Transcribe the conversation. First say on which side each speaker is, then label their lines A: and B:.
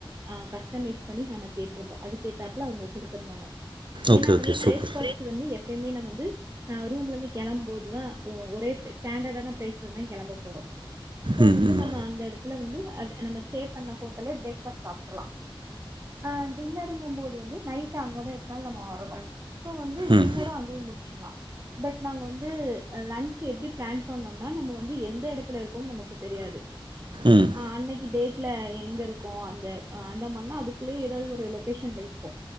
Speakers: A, on the right; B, on the right.
A: ஆ கஸ்டமைஸ் பண்ணி நாம கே ட்ருப்போ அதுக்கேத்தாப்ல அவுங்க குடுத்தருந்தாங்க ஏனா
B: ஓகே ஓகே
A: வந்து பிரேக்
B: சூப்பர்
A: பாஸ்ட் வந்து எப் பமே நாம வந்து அ ரூம்ல இருந்து கிளம் போதுதா ஒரே ப்ளே ஸ்டாண்டர்டான ப்ளேஸ்ல தா கிளம்ப போறோ சோ
B: ம்
A: வந்து
B: ம்
A: நம்ம அந்த இடத் துல வந்து அது நம்ம ஸ்டே பண்ண ஹோட்டல்லே ப்ரேக்பாஸ்ட் சாப்டர்லா ஆ டின்னருங்க போது இங்க வந்து நைட் அங்கதா எப்னாலு நம்ம வரணு இப்போ வந்து டின்னரு
B: ம்
A: அங்யே முடிச்சிக்லா பட் நாங்க வந்து லஞ்ச் எப்டி பிளான் பண்ணம் னா நம்ம வந்து எந்த எடத்துல இருக்கோம் நமக்கு தெரியாது
B: ம்
A: ஆ அன்னைக்கி டேட் சில எங்க இருக்கோ அந்த அந்த மான்னா அதுக்குள்ளயே ஏதாவது ஒரு லொகேஷன்ல இப்போ